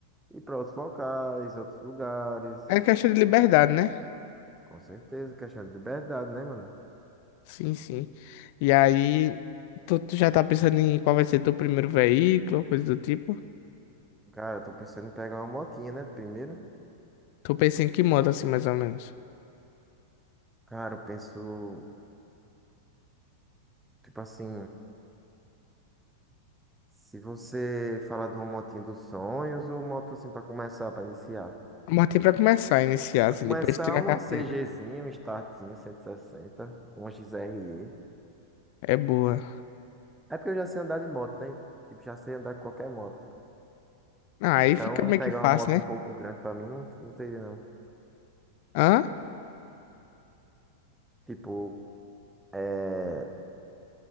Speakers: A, in the centre; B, on the left.
A: ir para outros locais, outros lugares.
B: É questão de liberdade, né?
A: Com certeza, questão de liberdade, né, mano?
B: Sim, sim. E aí, tu, tu já tá pensando em qual vai ser teu primeiro veículo, coisa do tipo?
A: Cara, eu tô pensando em pegar uma motinha, né? Primeiro.
B: Tu pensa em que moto, assim, mais ou menos?
A: Cara, eu penso, tipo assim. Se você falar de um motinho dos sonhos ou moto assim pra começar, pra iniciar?
B: A motinha pra começar, iniciar,
A: Pra
B: assim,
A: começar,
B: depois tirar
A: uma
B: a carteira.
A: CGzinha, um startzinho 160, uma XRE.
B: É boa.
A: É porque eu já sei andar de moto, né? Tipo, já sei andar com qualquer moto.
B: Ah, aí
A: Então,
B: fica meio
A: pegar
B: que fácil,
A: uma moto
B: né?
A: um pouco grande pra mim não, não teria, não.
B: Hã?
A: Tipo, é,